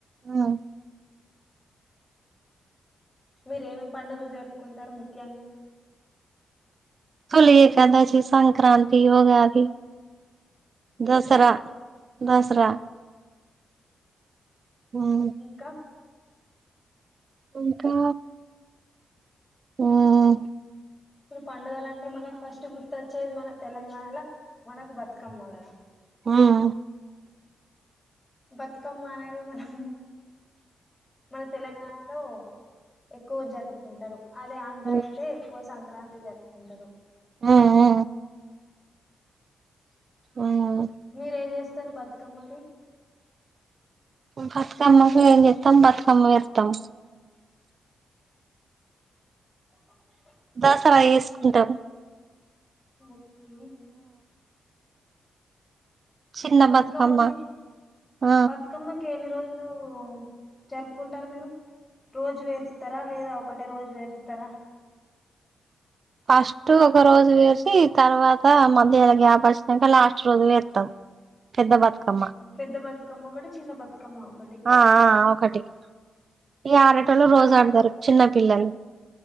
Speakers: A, on the right; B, on the left.
A: ఆహ్
B: మీర ఏమేమి పండుగలు జరుపుకుంటారు ముఖ్యంగా.
A: తులి ఏకదాసి, సంక్రాంతి, ఉగాది. దసరా
B: ఇంకా
A: దసరా ఉహ్
B: ఇంకా
A: ఇంకా ఉహ్
B: ఇప్పుడు పండుగల అంటే మనకు ఫస్ట్ గుర్తొచ్చేది. మనక్ తెలంగాణల మనకు బతుకమ్మకదా
A: ఉహ్
B: బతుకమ్మ అనేది మనం మన తెలంగాణలో ఎక్కువ జరుపుకుంటారు. అదే అంద
A: ఉమ్
B: అయితే ఎక్కువ స్ సంక్రాంతి జరుపుకుంటారు.
A: ఆహ్ ఆ ఉమ్
B: మీరేం చేస్త స్తరు బతుకమ్మకి
A: బతుకమ్మకు ఏం చేస్తాం బతుకమ్మ వస్తాం
B: అ
A: దసరా వేసుకుంటాం
B: ఓ ఇ <inaudible>
A: చిన్న
B: బతుకమ్మకి
A: బతుకమ్మ ఆ
B: బతుకమ్మ కేనే రోజులు జరుపుకుంటారు మీరు రోజు వేరుస్తారా లేదా ఒకటే రోజు వేరుస్తారా
A: ఫస్ట్ ఒక రోజు వేసి తర్వాత మధ్యలో గ్యాప్ వచ్చినాక లాస్ట్ రోజు వేస్తాం పెద్ద బతుకమ్మ
B: పెద్ద పత బమ్మక్కడ చిన్న బతుకమ్మ ఒకటి
A: ఆ ఒకటి ఈ ఆడటంలో
B: ఉగాది
A: రోజు ఆడతారు చిన్న పిల్లలు